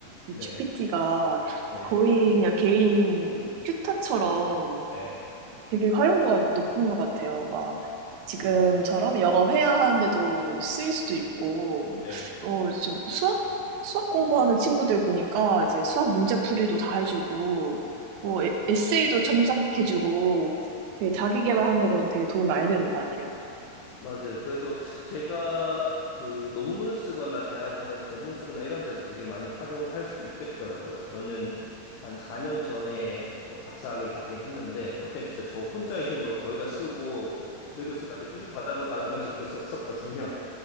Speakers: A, on the right; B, on the left.
A: 이
B: 네,
A: GPT가
B: 네,
A: 거의 그냥 개인 튜터처럼
B: 네,
A: 되게 활용도가 높은 것 같아요. 막 지금처럼
B: 맞,
A: 영어 회화하는데도 쓰일 수도 있고,
B: 네,
A: 어, 좀 수학 수학 공부하는 친구들 보니까 이제 수학 문제풀이도 다 해주고,
B: 맞습니다.
A: 뭐 에, 에세이도 첨삭해주고, 되게 자기 개발하는데도 되게 도움이 많이 되는 것 같아요.
B: 맞아요. 그래서 제가 그 논문 쓰거나 대학원에서 논문 쓰거나 이런 데도 되게 많이 활용할 수 있겠더라고요. 저는 한 4년 전에 뭐 박사학위를 받긴 했는데 그때 진짜 저 혼자의 힘으로 거의 다 쓰고 지도 교수님한테 꾸준히 받아가면서 그렇게 썼었거든요.